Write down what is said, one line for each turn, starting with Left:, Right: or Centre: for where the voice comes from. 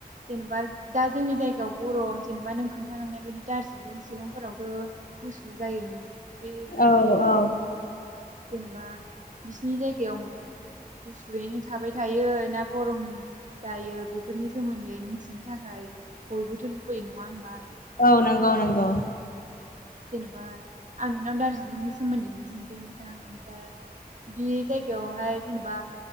Right: जेनेबा दा जोंनि जायगायाव गरम जेनेबा नों खोन्थाखांनाय बायदि दार्जिलिं सिलंफोरावथ' गुसु जायो नङा बेबायदि
Left: औ औ
Right: जेनेबा बिसिनि जायगायाव गुसुयैनो थाबाय थायो ना गरम दायो बेफोरनि सोमोन्दै मिथिनो थाखाय बयबोथ' लुबैयो नङा होमबा
Left: औ नंगौ नंगौ
Right: जेनेबा आं नोंनाव दार्जिलिंनि सोमोन्दै नोंथां ओमफ्राय बे जायगायावहाय जेनेबा